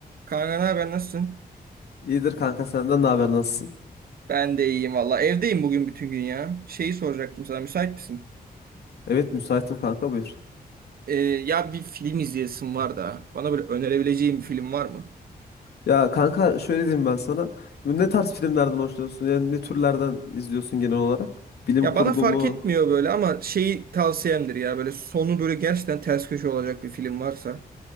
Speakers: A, on the right (about 65°); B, on the left (about 80°).
A: Kanka ne haber nasılsın?
B: İyidir kanka senden ne haber nasılsın?
A: Ben de iyiyim valla. Evdeyim bugün bütün gün ya. Şeyi soracaktım sana müsait misin?
B: Evet müsaitim kanka buyur.
A: Ee, ya bir film izleyesim var da. Bana böyle önerebileceğin bir film var mı?
B: Ya kanka şöyle diyeyim ben sana. Bu Ne tarz filmlerden hoşlanıyorsun? Yani ne türlerden izliyorsun genel olarak? Bilim
A: Ya
B: kurgu
A: bana fark
B: mu?
A: etmiyor böyle ama şeyi tavsiyemdir ya. Böyle sonu böyle gerçekten ters köşe olacak bir film varsa.